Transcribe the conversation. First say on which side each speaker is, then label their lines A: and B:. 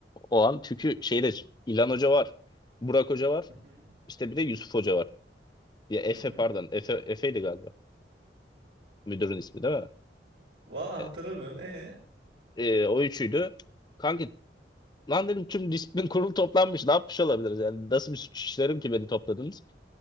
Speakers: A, on the left; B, on the right.
A: o an. Çünkü şeyde İlhan Hoca var. Burak Hoca var.
B: Hı hı.
A: işte bir de Yusuf Hoca var. Ya Efe
B: Hı hı.
A: pardon. Efe, Efe'ydi galiba. Müdürün ismi değil mi?
B: Valla
A: E,
B: hatırlamıyorum. E
A: e, o üçüydü. Kanki lan dedim tüm disiplin kurulu toplanmış. Ne yapmış olabiliriz? Yani nasıl bir suç işlerim ki beni topladınız?